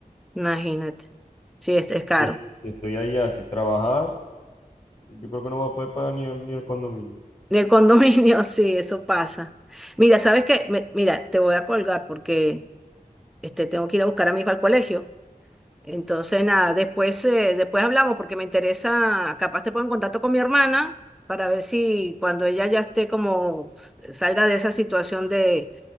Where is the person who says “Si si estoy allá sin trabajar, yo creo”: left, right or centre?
Left